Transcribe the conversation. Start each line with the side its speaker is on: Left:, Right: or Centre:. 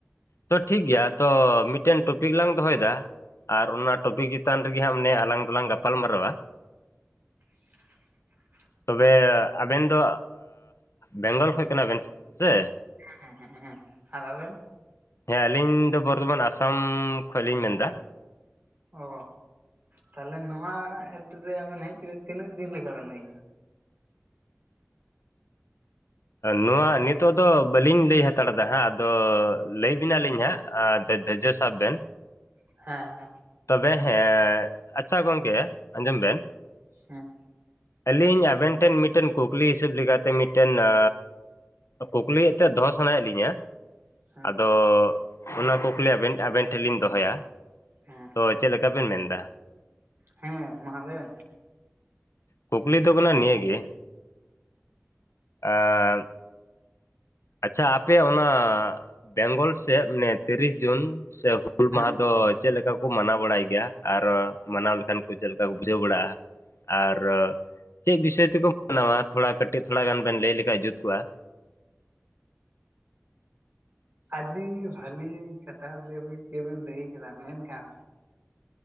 Left: ᱛᱚ ᱴᱷᱤᱠ ᱜᱮᱭᱟ ᱛᱚ ᱢᱤᱫᱴᱮᱱ ᱴᱚᱯᱤᱠ ᱞᱟᱝ ᱫᱚᱦᱚᱭᱫᱟ ᱟᱨ ᱚᱱᱟ ᱴᱚᱯᱤᱠ ᱪᱮᱛᱟᱱ ᱪᱮᱛᱟᱱ ᱨᱮᱜᱮ ᱦᱟᱸᱜ ᱚᱱᱮ ᱟᱞᱟᱝ ᱫᱚᱞᱟᱝ ᱜᱟᱯᱟᱞᱢᱟᱨᱟᱣᱟ᱾
Right: <inaudible>
Left: ᱛᱚᱵᱮ ᱟᱵᱮᱱ ᱫᱚ ᱵᱮᱝᱜᱚᱞ ᱠᱷᱚᱡ ᱠᱟᱱᱟ ᱵᱮᱱ ᱥᱮ?
Right: ᱦᱮᱸ ᱦᱮᱸ ᱟᱨ ᱟᱵᱮᱱ?
Left: ᱦᱮᱸ ᱟᱹᱞᱤᱧ ᱫᱚ ᱵᱚᱨᱫᱷᱚᱢᱟᱱ ᱟᱥᱟᱢ ᱠᱷᱚᱡ ᱞᱤᱧ ᱢᱮᱱᱫᱟ᱾
Right: ᱚ, ᱛᱟᱦᱚᱞᱮ ᱱᱚᱣᱟ ᱮᱰ ᱨᱮ ᱟᱵᱮᱱ ᱦᱮᱡ ᱠᱟᱛᱮᱜ ᱛᱤᱱᱟᱹᱜ ᱫᱤᱱ ᱞᱮᱠᱟ ᱵᱮᱱ ᱦᱩᱭᱱᱟ?
Left: ᱱᱚᱣᱟ ᱱᱤᱛᱚᱜ ᱫᱚ ᱵᱟᱹᱞᱤᱧ ᱞᱟᱹᱭ ᱦᱟᱛᱟᱲ ᱫᱟ ᱦᱟᱸᱜ ᱟᱫᱚᱼᱼ ᱞᱟᱹᱭ ᱵᱤᱱᱟᱞᱤᱧ ᱦᱟᱸᱜ ᱟᱸ ᱫᱮ ᱫᱮᱡᱚ ᱥᱟᱵ ᱵᱮᱱ
Right: ᱦᱮᱸ ᱦᱮᱸ
Left: ᱛᱚᱵᱮ ᱦᱮᱸᱻ ᱟᱪᱪᱷᱟ ᱜᱚᱝᱠᱮ ᱟᱸᱡᱚᱢ ᱵᱮᱱ
Right: ᱦᱮᱸ
Left: ᱟᱹᱞᱤᱧ ᱟᱵᱮᱱ ᱴᱷᱮᱱ ᱢᱤᱫᱴᱮᱱ ᱠᱩᱠᱞᱤ ᱦᱤᱥᱟᱹᱵ ᱞᱮᱠᱟᱛᱮ ᱢᱤᱫᱴᱮᱱ ᱟᱻ ᱠᱩᱠᱞᱤ ᱮᱱᱛᱮᱫ ᱫᱚᱦᱚ ᱥᱟᱱᱟᱭᱮᱫ ᱞᱤᱧᱟᱹᱼᱼ
Right: ᱦᱮᱸ
Left: ᱟᱫᱚ ᱚᱱᱟ ᱠᱩᱠᱞᱤ ᱟᱵᱮᱱ ᱟᱵᱮᱱ ᱴᱷᱮᱱ ᱞᱤᱧ ᱫᱚᱦᱚᱭᱟ।
Right: ᱦᱮᱸ।
Left: ᱛᱚ ᱪᱮᱫ ᱞᱮᱠᱟ ᱵᱮᱱ ᱢᱮᱱᱫᱟ?
Right: ᱦᱮᱸ ᱢᱟ ᱞᱟᱹᱭ ᱢᱮ।
Left: ᱠᱩᱠᱞᱤ ᱫᱚ ᱠᱟᱱᱟ ᱱᱤᱭᱟᱹᱜᱮ ᱟᱨ ᱻ ᱟᱪᱪᱷᱟ ᱟᱯᱮ ᱚᱱᱟᱻ ᱵᱮᱝᱜᱚᱞ ᱥᱮᱫ ᱢᱟᱱᱮ ᱛᱤᱨᱤᱥ ᱡᱩᱱᱼᱼ ᱥᱮ ᱦᱩᱞ
Right: ᱦᱮᱸ
Left: ᱢᱟᱦᱟ ᱫᱚ ᱪᱮᱫ ᱞᱮᱠᱟ ᱠᱚ ᱢᱟᱱᱟᱣ ᱵᱟᱲᱟᱭ ᱜᱮᱭᱟ ᱟᱨ ᱢᱟᱱᱟᱣ ᱞᱮᱠᱷᱟᱱ ᱠᱚ ᱪᱮᱫ ᱞᱮᱠᱟ ᱠᱚ ᱵᱩᱡᱷᱟᱹᱣ ᱵᱟᱲᱟᱜᱼᱟ? ᱟᱨᱚ ᱪᱮᱫ ᱵᱤᱥᱚᱭ ᱛᱮᱠᱚ ᱢᱟᱱᱟᱣᱟ? ᱛᱷᱚᱲᱟ ᱠᱟᱹᱴᱤᱡ ᱛᱷᱚᱲᱟ ᱜᱟᱱ ᱵᱮᱱ ᱞᱟᱹᱭ ᱞᱮᱠᱷᱟᱱᱡ ᱡᱩᱛ ᱠᱚᱜᱼᱟ।
Right: ᱟᱹᱰᱤ ᱵᱷᱟᱹᱞᱤ ᱠᱟᱛᱷᱟ ᱜᱮᱵᱮᱱ ᱞᱟᱹᱭ ᱠᱮᱫᱟ ᱢᱮᱱᱠᱷᱟᱱᱼᱼ